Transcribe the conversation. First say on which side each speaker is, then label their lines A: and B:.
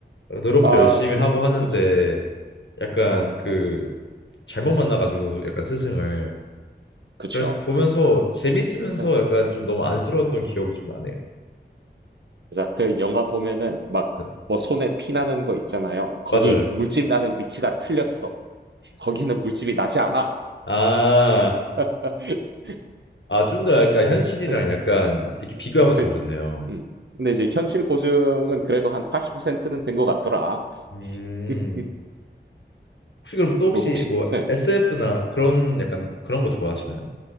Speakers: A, on the left (about 85°); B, on the right (about 75°).
A: 노력도
B: 아
A: 열심히
B: 그
A: 하고 하는데
B: 그쵸
A: 약간
B: 아
A: 그
B: 맞아 맞아
A: 잘못 만나가지고 약간 스승을
B: 음. 그쵸
A: 그래서 보면서 재밌으면서
B: 네. 네.
A: 약간 좀 너무 안쓰러웠던 기억이 좀 나네요.
B: 그래서 그 영화 보면은 막
A: 네,
B: 뭐 손에 피 나는 거 있잖아요. 거기
A: 맞아요.
B: 물집 나는 위치가 틀렸어. 거기는 물집이 나지 않아.
A: 아,
B: <laughs>
A: 아 좀 더 약간 현실이랑
B: 응,
A: 약간 이렇게 비교하면서
B: 그,
A: 보셨네요.
B: 음. 근데 이제 현실 고증은 그래도 한 80%는 된 것 같더라.
A: 음,
B: <laughs>
A: 혹시 그럼 또 혹시
B: 그리고 혹시,
A: 뭐
B: 네.
A: SF나 그런 약간 그런 거 좋아하시나요?